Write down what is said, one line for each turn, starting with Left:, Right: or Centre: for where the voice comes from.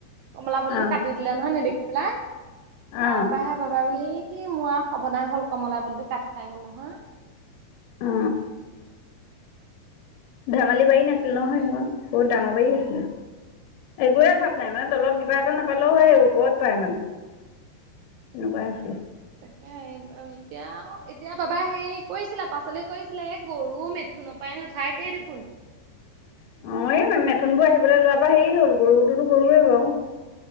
Right: কমলা পুলিটো
Left: অ
Right: কাটি দিলে নহয় নেদেখি পেলাই, তাৰ
Left: অ
Right: পৰা হে বাবা বোলে ই মোৰ আৰু বনা হ'ল, কমলা পুলিটো কাট খাই গ'ল নহয়।
Left: অ ধেমালি বাৰী নাছিল নহয়
Right: তাকে
Left: সেইখন বহুত ডাঙৰ বাৰী আছিলে। একোৱে অভাৱ নাই মানে তলত
Right: অ
Left: কিবা এটা নাপালেও হয় ওপৰত পায় মানে সেনেকুৱা আছিলে।
Right: তাকে এতিয়াও এতিয়া বাবাই হে কৰিছিলা পাচলি কৰিছিলে এই গৰু মেঠ শুনো পায় নাথাকেই দেখোন <unintelligible>
Left: <inaudible> অ এই মেথোনবোৰ আহিবলৈ লোৱাৰ বা হেৰি হ'ল গৰুটোতো গৰুৱেই বাৰু